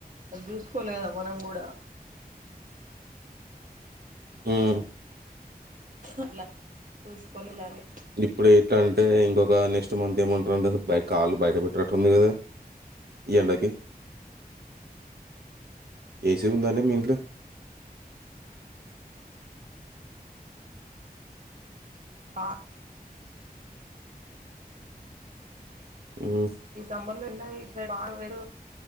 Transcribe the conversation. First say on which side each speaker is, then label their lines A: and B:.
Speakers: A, on the right; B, on the right.
A: అది చూసుకోలేద మనం గూడా
B: ఉమ్
A: అట్ల చూసుకొని వెళ్లాలి.
B: ఇప్పుడు ఇట్లా అంటే, ఇంకొక నెక్స్ట్ మంత్ ఏమంటారంటే, అసలు బై కాళ్లు బయట బెట్టరాట్టుంది కదా. ఈ ఎండకి, ఏసీ ఉందా అండి మీ ఇంట్ల
A: ఆ
B: ఉమ్,
A: ఈ సమ్బర్ లో ఉండది ఇటుసైడ్ <unintelligible>